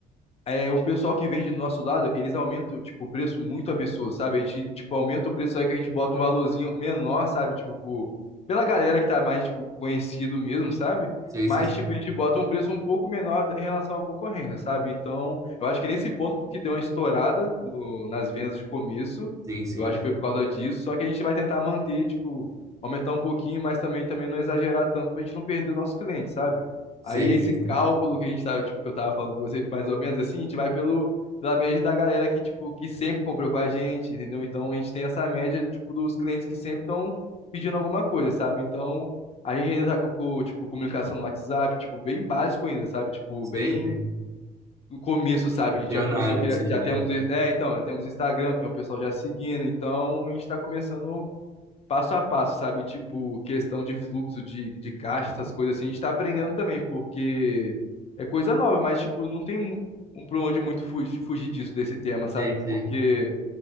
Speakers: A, on the left (about 35°); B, on the right (about 20°).
A: é, um pessoal que vende do nosso lado, eles aumentam, tipo, o preço muito absurdo, sabe? A gente, tipo, aumenta o preço aí que a gente bota um valorzinho menor, sabe? Tipo, pro- pela galera que tá mais, tipo, conhecido mesmo, sabe?
B: Sei,
A: Mas,
B: sei, sei.
A: tipo, a gente bota um preço um pouco menor em relação à concorrência, sabe? Então, eu acho que nesse ponto, porque deu uma estourada no- nas vendas de começo,
B: Sim, sim.
A: eu acho que foi por causa disso, só que a gente vai tentar manter, tipo, aumentar um pouquinho, mas também, também não exagerar tanto pra gente não perder o nosso cliente, sabe?
B: Sei,
A: Aí esse
B: sei, sei.
A: cálculo que a gente tava, tipo, que eu tava falando pra você, mais ou menos, assim, a gente vai pelo, pela média da galera que, tipo, que sempre comprou com a gente, entendeu? Então a gente tem essa média, tipo, dos clientes que sempre estão pedindo alguma coisa, sabe? Então a gente ainda tá com, com, tipo, comunicação no WhatsApp, tipo, bem básico ainda, sabe? Tipo,
B: Sei,
A: bem
B: sei.
A: no começo, sabe?
B: Bilionário,
A: A gente já começou que
B: assim,
A: já
B: né?
A: temos, é, então, já temos Instagram, tem um pessoal já seguindo, então a gente tá começando passo a passo, sabe? Tipo, questão de fluxo de, de caixa, essas coisas assim, a gente tá aprendendo também, porque é coisa nova, mas, tipo, não tem mu- um pra onde muito fugir, fugir disso, desse tema, sabe?
B: Sei, sei.
A: Porque